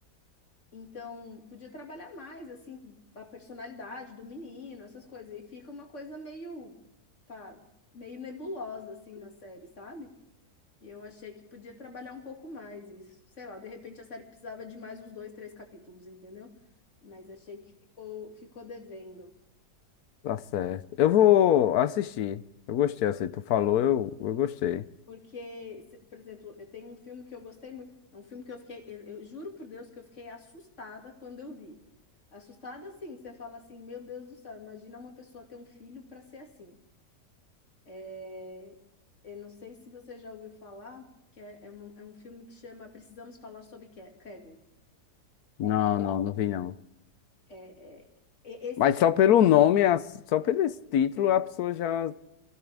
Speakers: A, on the left; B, on the left.
A: Então, podia trabalhar mais, assim, a personalidade do menino, essas coisas. E fica uma coisa meio, pá, meio nebulosa, assim, na série, sabe? E eu achei que podia trabalhar um pouco mais isso. Sei lá, de repente a série precisava de mais uns dois, três capítulos, entendeu? Mas achei que ficou, ficou devendo.
B: Tá certo. Eu vou assistir. Eu gostei, assim, tu falou, eu, eu gostei.
A: Porque, se- por exemplo, eu tenho um filme que eu gostei muito. É um filme que eu fiquei, eu, eu juro por Deus que eu fiquei assustada quando eu vi. Assustada, assim, que você fala assim, meu Deus do céu, imagina uma pessoa ter um filho para ser assim. É, eu não sei se você já ouviu falar, que é, é um, é um filme que chama Precisamos Falar sobre Ke- Kevin.
B: Não, não, não vi não.
A: É, é, e- esse
B: Mas
A: fi-
B: só pelo nome, as- só pelo esse título, a pessoa já,